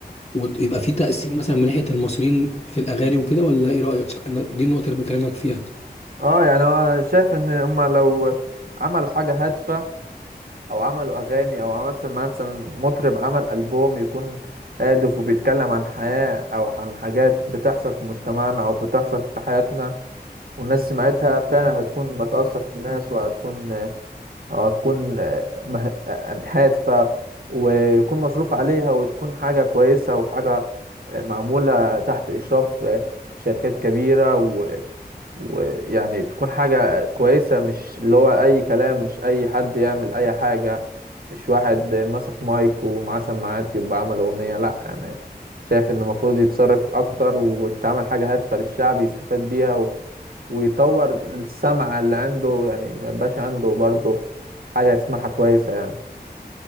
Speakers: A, on the left; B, on the right.
A: ويبقى في تأثير مثلا من ناحية المصريين في الأغاني وكده ولا إيه رأيك؟ أنا دي النقطة اللي بكلمك فيها
B: اه يعني هو انا شايف ان هما لو عملوا حاجة هادفة او عملوا اغاني او مثلا مثلا مطرب عمل ألبوم يكون هادف وبيتكلم عن حياة او عن حاجات بتحصل في مجتمعنا او بتحصل في حياتنا والناس سمعتها فعلا هتكون بتأثر في الناس وهتكون هتكون آه، مه- آه، هادفة ويكون مصروف عليها وتكون حاجة كويسة وحاجة آه، معمولة تحت إشراف آه، شركات كبيرة ويعني تكون حاجة كويسة مش اللي هو أي كلام مش أي حد يعمل أي حاجة مش واحد ماسك مايك ومعاه سماعات يبقى عمل أغنية لأ يعني شايف إن المفروض يتصرف أكتر وتتعمل حاجة هادفة للشعب يستفاد بيها و... ويطور السمع اللي عنده يعني ما يبقاش عنده برضه حاجة يسمعها كويسة يعني